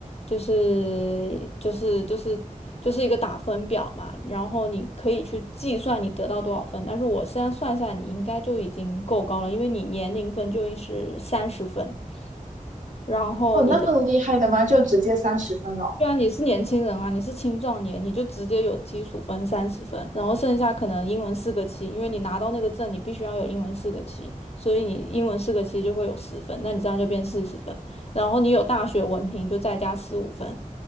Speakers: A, on the left; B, on the right.
A: 就是就是就是就是一个打分表嘛，然后你可以去计算你得到多少分，但是我现在算下来，你应该就已经够高了，因为你年龄分就是三十分，然后你的。
B: 哦，那么厉害的吗？就直接三十分了。
A: 对啊，你是年轻人啊，你是青壮年，你就直接有基础分三十分，然后剩下可能英文四个七，因为你拿到那个证，你必须要有英文四个七，所以你英文四个七就会有十分，那你这样就变四十分，然后你有大学文凭就再加十五分，